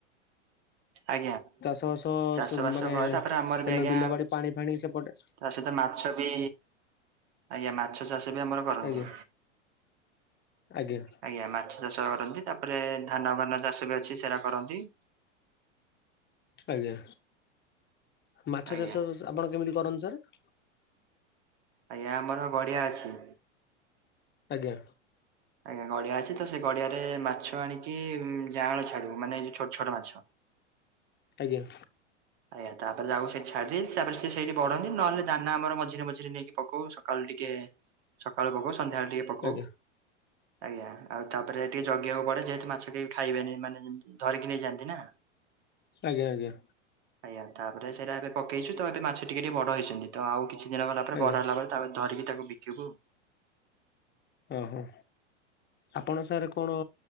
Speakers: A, on the right; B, on the left.
A: ଆଜ୍ଞା।
B: ଚାଷ ବାସ
A: ଚାଷ
B: ମାନେ
A: କରେ
B: ଏ ନ
A: ତାପରେ ଆମର ବି ଆଜ୍ଞା
B: ବିଲ ବାଡ଼ି ପାଣି ଫାଣି ସେପଟେ।
A: ତା ସହିତ ମାଛ ବି ଆଜ୍ଞା ମାଛ। ଚାଷ ବି ଆମର କରନ୍ତି
B: ଆଜ୍ଞା ଆଜ୍ଞା
A: ଆଜ୍ଞା ମାଛ। ଚାଷ କରନ୍ତି ତାପରେ ଧାନ ଭାନ ଚାଷ ବି ଅଛି ସେଟା କରନ୍ତି।
B: ଆଜ୍ଞା, ମାଛ
A: ଆଜ୍ଞା
B: ଚାଷ ଆପଣ କେମିତି କରନ୍ତି ସାର୍?
A: ଆଜ୍ଞା ଆମର ଗଡ଼ିଆ ଅଛି।
B: ଆଜ୍ଞା।
A: ଆଜ୍ଞା ଗଡ଼ିଆ ଅଛି ତ ସେ ଗଡ଼ିଆରେ ମାଛ ଆଣିକି ଯାଆଁଳ ଛାଡିବୁ ମାନେ ଏଇ ଯୋଉ ଛୋଟ ଛୋଟ ମାଛ।
B: ଆଜ୍ଞା।
A: ଆଜ୍ଞା ତାପରେ ତାକୁ ସେଠି ଛାଡ଼ି ତାପରେ ସେଇଠି ବଡ଼ ହୋଇ ନହେଲେ ଦାନା ଆମର ମଝିରେ ମଝିରେ ନେଇକି ପକାଉ। ସକାଳୁ ଟିକେ ସକାଳୁ ପକାଉ ସନ୍ଧ୍ୟାବେଳେ ଟିକେ ପକାଉ
B: ଆଜ୍ଞା
A: ଆଜ୍ଞା ଆଉ ତାପରେ ଟିକେ ଜଗିବାକୁ ପଡ଼େ ଯେହେତୁ ମାଛ କେହି ଖାଇବେନି ମାନେ ଧରିକି ନେଇଯାଆନ୍ତି ନା।
B: ଆଜ୍ଞା, ଆଜ୍ଞା।
A: ଆଜ୍ଞା, ତାପରେ ସେଇଟା ଏବେ ପକେଇଛୁ ତ ଏବେ ମାଛ ଟିକେ ଟିକେ ବଡ଼ ହେଇଛନ୍ତି ତ ଆଉ କିଛି ଦିନ ଗଲା ପରେ
B: ଆଜ୍ଞା
A: ବଡ଼ ହେଲା ପରେ ତା ପରେ ଧରିକି ତାକୁ ବିକିବୁ।
B: ଅହୋ ଆପଣ ସାର୍ କଣ?